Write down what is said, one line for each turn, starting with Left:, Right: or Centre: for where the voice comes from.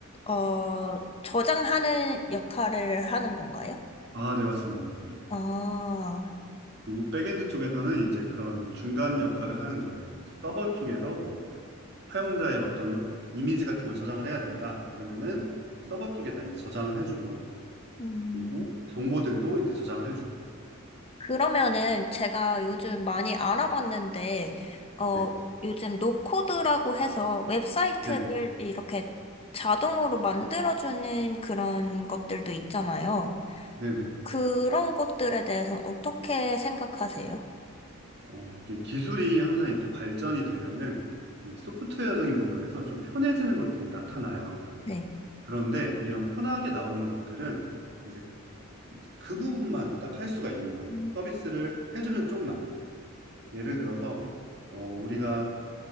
Left: 어 저장하는 역할을 하는 건가요?
Right: 아, 네, 맞습니다. 맞습니다.
Left: 아,
Right: 그리고 백엔드 쪽에서는 이제 그런 중간 역할을 하는 거예요. 이제 서버 쪽에서 뭐 사용자의 어떤 이미지 같은 걸 저장을 해야 된다. 그러면은 이제 서버 쪽에다 이제 저장을 해주고
Left: 음.
Right: 그리고 정보들도 이제 저장을 해주고.
Left: 그러면은 제가 요즘 많이 알아봤는데, 어,
Right: 네.
Left: 요즘 노코드라고 해서 웹사이트를
Right: 네네.
Left: 이렇게 자동으로 만들어주는 그런 것들도 있잖아요.
Right: 네네.
Left: 그런 것들에 대해서 어떻게 생각하세요?
Right: 어, 이게 기술이 항상 이렇게 발전이 되면은 이 소프트웨어적인 부분에서 좀 편해지는 것들이 나타나요.
Left: 네,
Right: 그런데 이런 편하게 나오는 것들은 이제 그 부분만 딱 할 수가 있는 거예요.
Left: 음.
Right: 서비스를 해주는 쪽만. 예를 들어서, 어, 우리가,